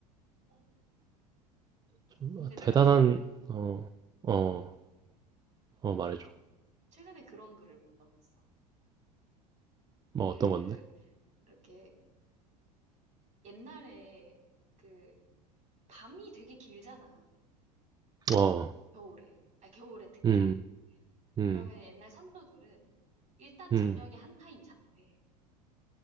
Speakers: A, on the right; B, on the right.
A: 어.
B: 좀
A: 근데 내가
B: 대단한,
A: 최근에,
B: 어,
A: 어,
B: 어, 어, 말해줘.
A: 최근에 그런 글을 본 적 있어.
B: 뭐
A: 그,
B: 어떤 건데?
A: 이렇게 옛날에 그 밤이 되게 길잖아.
B: 어,
A: 겨울에. 아, 겨울에 특히.
B: 음, 음,
A: 그러면 옛날 선조들은 일단
B: 음,
A: 저녁에 한 타임 잔대.